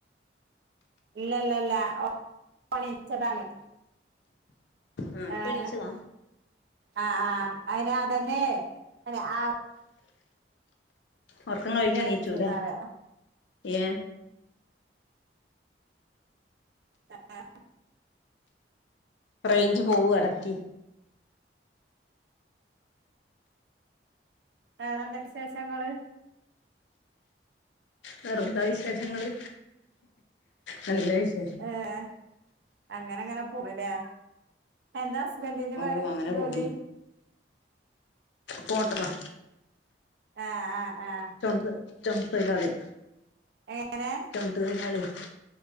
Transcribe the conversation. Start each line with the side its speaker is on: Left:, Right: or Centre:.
Right: ഇല്ലല്ലല്ല. ഓ പ്പോ നീച്ചതാണ്.
Left: ആഹ് ഇപ്പ
Right: എഹ്
Left: എണീച്ചതാ
Right: ആഹ് ആഹ് അയ്നതന്നെ ന് അ
Left: ഒറക്കം കഴിഞ്ഞ്
Right: കയച്ചുന്നറിയ
Left: എണീച്ചുല്ലെ? ഏ
Right: ആ ആഹ്.
Left: റെയിഞ്ച് പോവാ എടക്ക്
Right: വേറെന്തൊക്കെ ശേഷങ്ങള്?
Left: വേറെന്താ വിശേഷങ്ങള്? നല്ല വിശേ
Right: ഏഹ് അങ്ങനങ്ങനെ പോണൂല്ലേ? എന്താ? ഹസ്ബൻഡിന്
Left: ഓഹ്
Right: പാ
Left: അങ്ങനെ
Right: ജോലി?
Left: പോകുന്നു പോട്ടറാ
Right: ആഹ് ആഹ് ആഹ്.
Left: ദ് ചൊമട്ട് തൊഴിലാളി
Right: ഏഹ് എങ്ങനെ?
Left: ചൊമട്ടൊഴിലാളിയേയ്